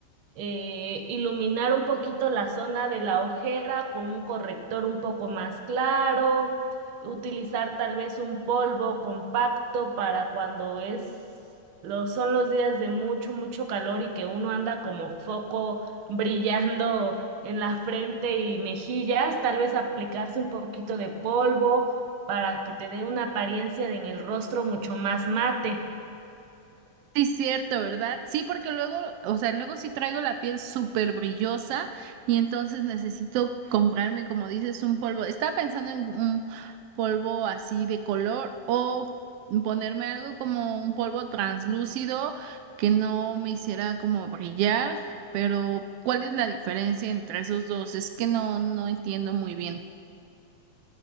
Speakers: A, on the right (about 65°); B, on the right (about 90°).
A: eh, iluminar un poquito la zona de la ojera con un corrector un poco más claro, utilizar tal vez un polvo compacto para cuando es, lo, son los días de mucho, mucho calor y que uno anda como foco <laughs> brillando en la frente y mejillas, tal vez aplicarse un poquito de polvo para que te dé una apariencia de- en el rostro mucho más mate.
B: Sí, cierto, ¿verdad? Sí, porque luego, o sea, luego sí traigo la piel súper brillosa y entonces necesito comprarme, como dices, un polvo. Estaba pensando en un polvo así de color o ponerme algo como un polvo translúcido que no me hiciera como brillar, pero ¿cuál es la diferencia entre esos dos? Es que no, no entiendo muy bien.